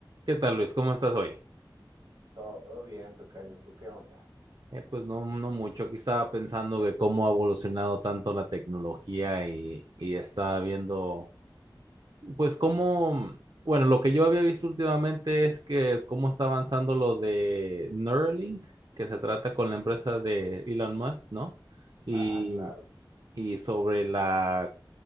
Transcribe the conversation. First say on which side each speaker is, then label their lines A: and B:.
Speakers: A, on the right; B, on the right.
A: ¿Qué tal, Luis? ¿Cómo estás hoy?
B: Todo bien, tocayo. ¿Tú qué onda?
A: Eh, pues no, no mucho. Aquí estaba pensando que cómo ha evolucionado tanto la tecnología y, y estaba viendo, pues cómo, bueno, lo que yo había visto últimamente es que es cómo está avanzando lo de Neuralink, que se trata con la empresa de Elon Musk, ¿no? Y,
B: Ah, claro.
A: y sobre la